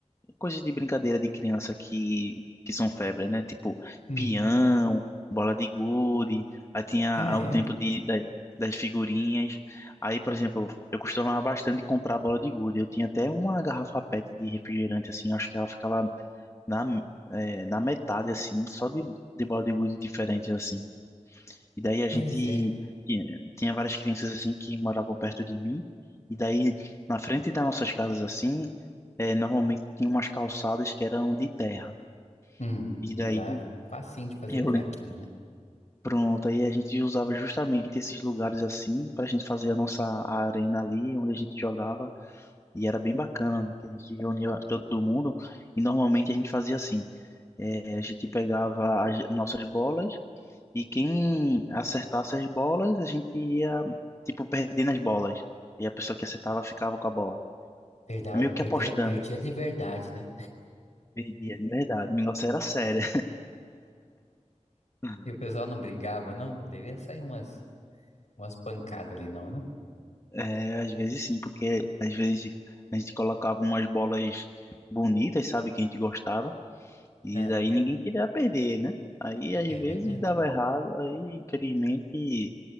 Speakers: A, on the left; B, on the left.
A: coisas de brincadeira de criança que, que são febre, né? Tipo
B: Hum.
A: pião, bola de gude, aí tinha
B: Ah,
A: ah,
B: é?
A: o tempo de, da- das figurinhas. Aí, por exemplo, eu costumava bastante comprar bola de gude. Eu tinha até uma garrafa PET de refrigerante, assim, acho que ela ficava na, eh, na metade, assim, só de, de bola de gude diferentes, assim. E daí a
B: Pois
A: gente
B: é.
A: tinha, tinha várias crianças assim que moravam perto de mim. E daí na frente das nossas casas assim, eh, normalmente tinha umas calçadas que eram de terra.
B: Hum.
A: E daí
B: E lá é facinho de fazer
A: eu
B: buraquinho,
A: lembro.
B: né?
A: Pronto, aí a gente usava justamente esses lugares assim para a gente fazer a nossa arena ali, onde a gente jogava, e era bem bacana, que a gente reunia todo mundo, e normalmente a gente fazia assim, eh, a gente pegava as nossas bolas, E quem acertasse as bolas, a gente ia, tipo, perdendo as bolas. E a pessoa que acertava ficava com a bola.
B: Perdava,
A: É meio
B: perder,
A: que apostando.
B: perdia de verdade, né?
A: Perdia, de verdade. O negócio era sério. <laughs>
B: E o pessoal não brigava, não? Devia sair umas, umas pancadas ali, não, né?
A: É, às vezes sim, porque às vezes a gente colocava umas bolas bonitas, sabe, que a gente gostava, e
B: Ah,
A: daí ninguém queria perder, né? Aí às
B: é
A: vezes
B: verdade.
A: dava errado, aí infelizmente